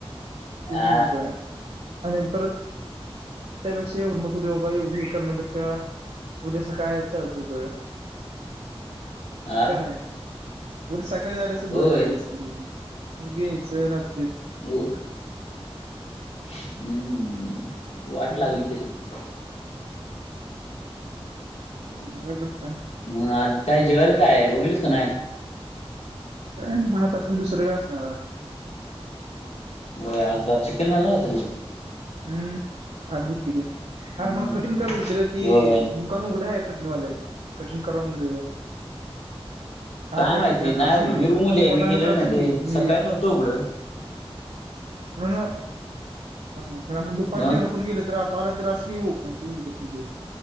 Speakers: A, on the right; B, on the left.
A: तीच
B: आ
A: नकोय आणि परत त्यापेक्षा <unintelligible> होती बाबा एवढी ही करण्यापेक्षा उद्या सकाळी याय चालत होत.
B: <inaudible> आ
A: का नाही उद्या सकाळी झाल्यास
B: होय
A: बर झाली असती. बीन च रात
B: ओ हम् वाट
A: हा,
B: लागली तशी हम्
A: बर बर चाय
B: मग आज काय जेवायला काय बघितलीस का नाही?
A: काय आणि भात असतय दुसर काय असणार आज?
B: होय आज भात चिकन हाय ना रात्री
A: हम्म आधी तिले
B: हम्म
A: अर मला कठीण करायच होती रे ती
B: होय
A: दुकान उघडाय कटिंगवाल्याचा कटिंग कराव म्हणल तर टाक्या
B: काय माहिती
A: धुत्यान
B: नाही
A: असलीय
B: उघडं मी रूम मध्ये
A: तु
B: आहे
A: पण
B: मी
A: आलो
B: गेलेलो
A: तर
B: नाही
A: असलीय
B: रे
A: मी
B: सकाळी
A: <unintelligible>
B: नव्हतं उघडं
A: हा, बर अजून दुपारी
B: मग
A: जेवण करून गेले, तर आता आला तर असतोय की, ओपनच उघड - तिघड,